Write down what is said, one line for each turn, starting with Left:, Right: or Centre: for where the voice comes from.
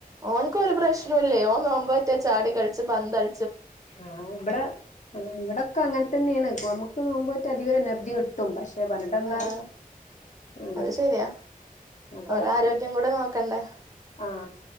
Right: ഓനക്ക് ഒരു പ്രശ്നമില്ലേ ഓൻ നോമ്പു തോറ്റാചാടി കളിച്ച് പന്ത അ
Left: ആ ഇവിടെ ഇവിടൊക്കെ അങ്ങനെ തന്നെയാണ്. നമ്മുക്ക് നോമ്പ് അധികംഎനർജി കിട്ടും. പഷ പണ്ട് എന്താ
Right: ആഹ് ആഹ്
Left: ഉം.
Right: അത് ശെരിയാ
Left: നിക്കവിടെ
Right: ഓലെ ആരോഗ്യം കൂടെ നോക്കണ്ടേ
Left: ആ